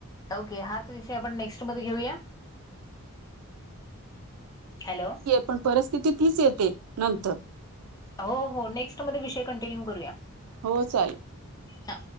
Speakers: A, on the left; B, on the right.
A: ओके हाच विषय आपण नेक्स्ट मध्ये घेऊया. हॅलो
B: पण परिस्थिती तीच येते नंतर.
A: हो हो नेक्स्ट मध्ये विषय कंटिन्यू करूया.
B: हो चालेल.
A: ह.